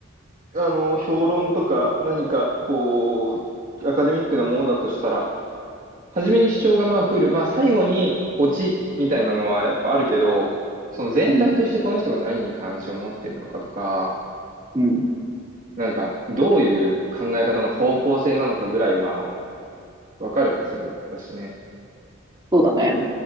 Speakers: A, on the right; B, on the right.
A: あの、評論とか何か、こう、アカデミックなものだとしたら、初めに主張がまあ来る。まあ最後にオチみたいなのはやっぱあるけど、その全体としてこの人が何に関心を持っているのかとか、
B: うん。うん。
A: なんかどういう考え方の方向性なのかぐらいはわかるはずだしね。
B: そうだね。